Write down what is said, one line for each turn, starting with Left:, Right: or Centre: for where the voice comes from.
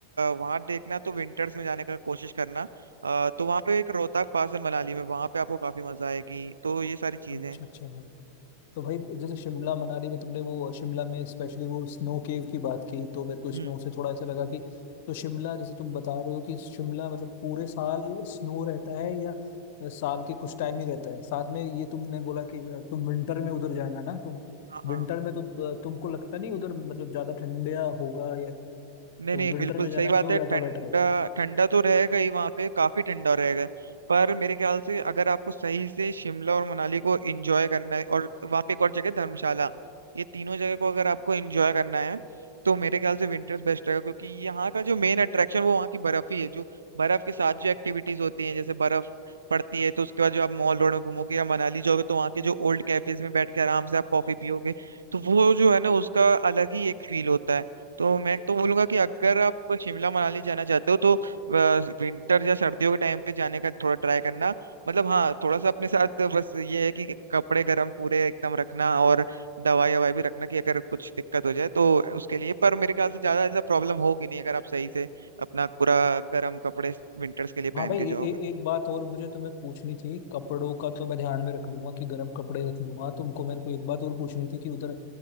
Right: वहां देखना तो विंटर्स में जाने का कोशिश करना अ, तो वहां पे एक रोहतक पास है मनाली में वहां पे आपको काफी मजा आएगी तो ये सारी चीजें
Left: अच्छा
Right: हैं
Left: अच्छा भाई तो भाई जैसे शिमला मनाली में तुमने वो शिमला में स्पेशली वो स्नो केव की बात की तो मेरे को
Right: हम्म
Left: स्नो से थोड़ा ऐसा लगा कि तो शिमला जैसे तुम बता रहे हो कि शिमला मतलब पूरे साल स्नो रहता है या साल के कुछ टाइम ही रहता है साथ में ये तुमने बोला कि तुम विंटर में उधर जाना ना तो
Right: हाँ
Left: विंटर में तो तुमको लगता नहीं उधर मतलब ज्यादा ठंडा होगा या
Right: नहीं
Left: तो
Right: नहीं
Left: विंटर
Right: बिल्कुल
Left: में
Right: सही
Left: जाना
Right: बात
Left: क्यों
Right: है
Left: ज्यादा
Right: ठंडा
Left: बेटर है
Right: ठंडा तो रहेगा ही वहाँ पे काफी ठंडा रहेगा पर मेरे ख्याल से अगर आपको सही से शिमला और मनाली को एंजॉय करना है और वहाँ पे एक और जगह धर्मशाला ये तीनों जगह को अगर आपको एंजॉय करना है तो मेरे ख्याल से विंटर्स बेस्ट रहेगा क्योंकि यहाँ का जो मेन अट्रैक्शन वो वहाँ की बर्फ ही है जो बर्फ के साथ जो एक्टिविटीज होती हैं जैसे बर्फ पड़ती है तो उसके बाद जो आप मॉल रोड में घूमोगे या मनाली जाओगे तो वहाँ के जो ओल्ड कैफेज में बैठ के आराम से आप कॉफी पियोगे तो वो जो है ना उसका अलग ही एक फील होता है तो मैं तो बोलूंगा कि अगर आप शिमला मनाली जाना चाहते हो तो विंटर या सर्दियों के टाइम पे जाने का थोड़ा ट्राई करना मतलब हाँ थोड़ा सा अपने साथ बस ये है कि कपड़े गर्म पूरे एकदम रखना और दवाई ववाई भी रखना कि अगर कुछ दिक्कत हो जाए तो उसके लिए पर मेरे ख्याल से ज्यादा ऐसा प्रॉब्लम होगी नहीं अगर आप सही से अपना पूरा गर्म कपड़े विंटर्स के लिए पहन
Left: हाँ भाई
Right: के
Left: ए,
Right: जाओगे
Left: ए, एक बात और मुझे तुम्हें पूछनी थी कपड़ों का तो मैं ध्यान में रख लूंगा कि गर्म कपड़े रख लूंगा तुमको मेरे को एक बात और पूछनी थी कि उधर